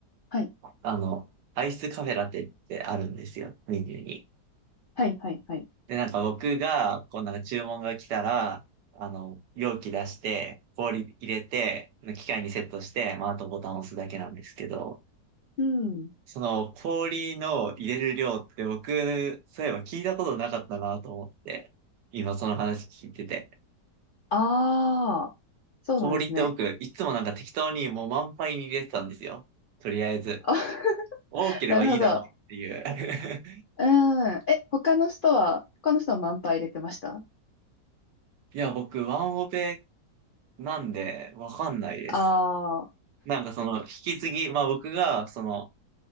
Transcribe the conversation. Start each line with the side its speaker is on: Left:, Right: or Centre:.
Left: はい。
Right: あの、アイスカフェラテってあるんですよ、メニューに。
Left: はいはいはい。
Right: で、なんか僕が、こうなんか注文が来たら、あの、容器出して、氷入れて、機械にセットして、まあ、あとボタンを押すだけなんですけど、
Left: うん。
Right: その氷の入れる量って僕、そういえば聞いたことなかったなと思って、今その話聞いてて。
Left: ああ、そうなんですね。
Right: 氷って僕、いつもなんか適当にもう満杯に入れてたんですよ。とりあえず。
Left: あ <laughs>
Right: 多ければいいだろうっていう。
Left: なるほど。
Right: <laughs>
Left: うん。え、他の人は、他の人は満杯入れてました
Right: いや、僕、ワンオペなんで、わかんないです。
Left: ああー、
Right: なんかその、引き継ぎ、まあ僕が、その、